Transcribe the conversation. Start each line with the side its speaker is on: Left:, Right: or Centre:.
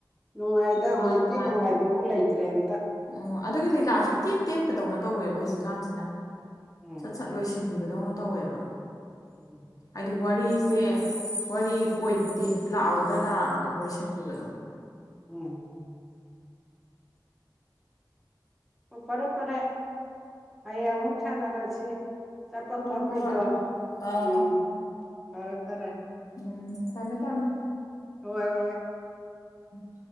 Centre: ꯅꯨꯡꯉꯥꯏꯗ
Left: ꯂꯤꯂꯥ
Centre: ꯍꯧꯖꯤꯛꯇꯤ
Left: ꯅꯨꯡꯉꯥꯏꯕ
Centre: ꯅꯨꯡꯉꯥꯏꯕꯕꯨ ꯂꯩꯇ꯭ꯔꯦ ꯑꯝꯇ
Left: ꯑꯣ ꯑꯗꯨꯒꯤ ꯂꯤꯂꯥꯁꯨ ꯏꯇꯦꯟ ꯇꯦꯟꯕꯗꯧꯅ ꯇꯧꯋꯦꯕ ꯍꯧꯖꯤꯛꯀꯥꯟꯁꯤꯅ
Centre: ꯎꯝ
Left: ꯁꯠ ꯁꯠ ꯂꯣꯏꯁꯤꯟꯈꯤꯕꯗꯧꯅ ꯇꯧꯋꯦꯕ
Centre: ꯎꯝ
Left: ꯍꯥꯏꯗꯤ ꯋꯥꯔꯤꯁꯦ ꯋꯥꯔꯤ ꯄꯣꯏꯟꯗꯤ ꯂꯥꯛꯑꯧꯗꯅ ꯑꯗꯨꯝ ꯂꯣꯏꯁꯤꯟꯒꯤꯕꯗꯣ
Centre: ꯎꯝ ꯑꯣ ꯄꯔꯦ ꯄꯔꯦ ꯍꯌꯦꯡ ꯑꯃꯨꯛ ꯁꯥꯟꯅꯔꯁꯤ ꯆꯠꯄ
Left: ꯍꯣꯏ
Centre: ꯈꯣꯠꯄꯩꯗꯣ
Left: ꯍꯣꯏ ꯍꯣꯏ ꯑꯥ
Centre: ꯎꯝ ꯐꯔꯦ ꯐꯔꯦ
Left: ꯎꯝ ꯊꯝꯃꯦ ꯊꯝꯃꯦ
Centre: ꯍꯣꯏ ꯍꯣꯏ
Left: ꯎꯝ <unintelligible>